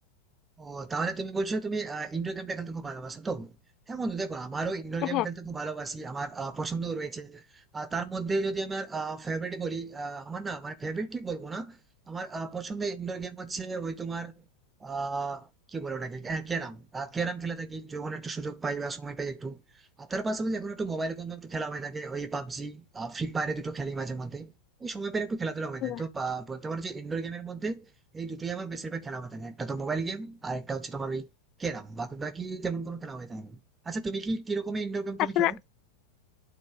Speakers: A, on the right; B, on the left.
A: ও তাহলে তুমি বলছো তুমি ইনডোর গেমটা খেলতে খুব ভালোবাসো তো হ্যাঁ বন্ধু দেখো আমারও ইনডোর গেম
B: হ্যাঁ
A: খেলতে খুব ভালোবাসি আমার আহ, পছন্দও রয়েছে আর তার মধ্যে যদি আমার ফেভারিট বলি আহ, আমার না মানে ফেভারিট ঠিক বলবো না আমার আহ, পছন্দের ইনডোর গেম হচ্ছে ওই তোমার আহ কি বলে ওটাকে ক্যারাম ক্যারাম খেলে থাকি যখন একটু সুযোগ পাই বা সময় পাই একটু আর তার পাশাপাশি এখন একটু মোবাইলে কোনো একটু খেলা হয়ে থাকে ওই পাবজি ফ্রি ফায়ারে দুটো খেলি মাঝে মধ্যে ওই সময় পেলে একটু খেলাধুলা হয়ে যায়
B: বাহ।
A: তো আহ, বলতে পারো যে ইনডোর গেমের মধ্যে এই দুটোই আমার বেশিরভাগ খেলা হয়ে থাকে একটা তো মোবাইল গেম আর একটা হচ্ছে তোমার ওই ক্যারাম বাকি বাকি তেমন কোনো খেলা হয়ে থাকে না। আচ্ছা তুমি কি কিরকমের ইনডোর গেম তুমি
B: আসলে
A: খেলো